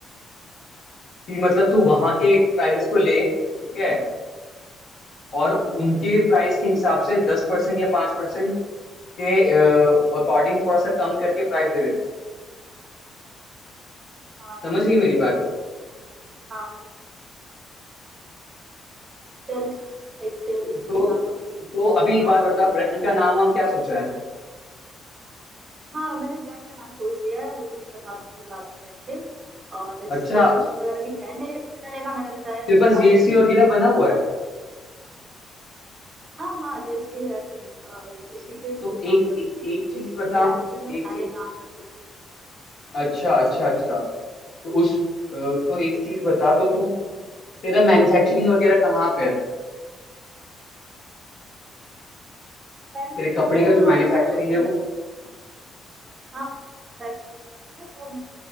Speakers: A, on the left; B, on the right.
A: कि मतलब तू वहां के प्राइजेस को ले ठीक है और उनके प्राइस के हिसाब से दस परसेंट या पांच परसेंट के अकॉर्डिंग थोड़ा सा कम करके प्राइस दे देते
B: हाँ
A: समझ
B: इसीलिए।
A: रही है मेरी बात
B: हाँ सही। चल ठीक है, इस पे इस
A: तो
B: पे काम करती हूँ
A: तो अभी एक
B: पर-
A: बात बता ब्रांड का नाम वाम क्या सोचा है
B: हाँ मैंने ब्रांड का नाम सोच लिया है वो तो मैं बता दूंगी बाद में बैठ के और रजिस्ट्रेशन
A: अच्छा
B: वगैरह भी है मेरे पहले का मैंने बताया
A: तेरे
B: तो
A: पास
B: था
A: जीएसटी
B: कि
A: वगैरह बना हुआ है
B: हाँ हाँ जीएसटी है मैम, और उसी पे मैं
A: तो एक
B: काम करूंगी
A: ए, एक चीज
B: जिस
A: बता
B: ब्रांड पे मैं
A: एक
B: पहले
A: चीज
B: काम कर चुकी
A: अच्छा अच्छा अच्छा तो उस अ, तो एक चीज बता तो तू तेरा मैन्युफैक्चरिंग वगैरह कहाँ पे है
B: हूँ बेनिफिट
A: तेरे कपड़े
B: जो
A: का
B: है
A: जो
B: हमारा
A: मैन्युफैक्चरिंग
B: वो अ,
A: है वो
B: हाँ फैक्ट है वो म,